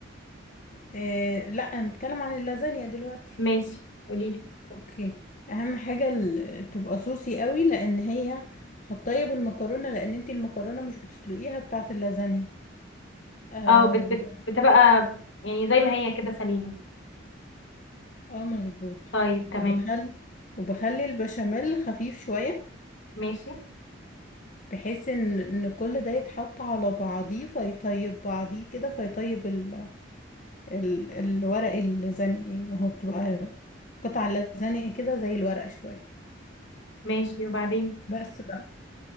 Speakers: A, on the left; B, on the left.
A: آه لا انا بتكلم عن اللازانيا دلوقتي
B: ماشي قولي لي
A: اوكي اهم حاجه ال- تبقى صوصي قوي لان هي هتطيب المكرونه لان انت المكرونه مش بتسلقيها بتاعه اللازانيا آه
B: اه بت
A: وب...
B: بت بتبقى يعني زي ما هي كده سليمه
A: اه مظبوط
B: طيب تمام
A: وبخل وبخلي البشاميل خفيف شويه
B: ماشي
A: بحيث ان ان كل ده يتحط على بعضيه فيطيب بعضيه كده فيطيب ال... ال... الورق اللازانيا يعني هو بتبقى قطع اللازانيا كده زي الورق شويه
B: ماشي وبعدين
A: بس بقى